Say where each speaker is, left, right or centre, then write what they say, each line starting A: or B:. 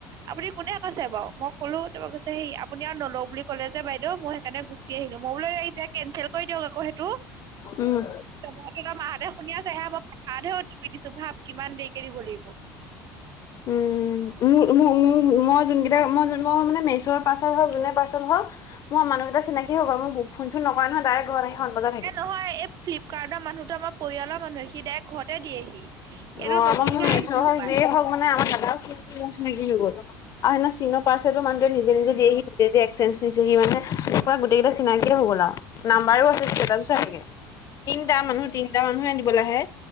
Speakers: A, on the right; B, on the left.
A: আপুনি কোনে আছে বাৰু মই কলো ত কৈছে হে আপুনি আৰু নলও বুলি ক'লে যে বাইদেউ মই সেইকাৰে গুচি আহিলো মই বোলো এয়া কেনচেল কৰি দিয়ক আকৌ সেইটো।
B: উম
A: ত-ত তাৰ মাহতে শুনি আছে এ ম হাহাহেওত তুমি দিছো ভাৱ কিমান দেৰিকে দিব লাগিব।
B: উম, মোৰ মোৰ মই যোন কেইটা মই - মই মানে মেচৰ পাৰ্চেল হওক যোনে পাৰ্চেল হওক মোৰ মানুহকেইটা চিনাকি হৈ গ'ল মোৰ ফোন চোন নকৰে নহয় ডাৰেক্ত ঘৰত আহি হৰণ বজাই থাকে।
A: এ নহয় এই ফ্লিপকাৰ্টৰ মানুহতো আমাৰ পৰিয়ালৰ মানুহে সি ডাইৰেক্ট ঘৰতে দিয়েহি।
B: অ,
A: এইটো নতুনকে
B: আমাৰ ম
A: আহিছে
B: ম
A: হপায়
B: যিয়েই হওক মান আমাৰ দাদ চিনাকি হৈ গ'ল। আৰু সেনা চীনৰ পাৰ্চেলত মানুহ জনে নিজে - নিজে দিয়েহি নিজে এক্সেজ নিছেহি মানে তাপা গোটেইকেটা চিনাকি হৈ গ'ল আও। নাম্বাৰো আছে চ চাগে <unintelligible> তিনিটা মানুহ - তিনিটা মানুহে দিবলে আহে।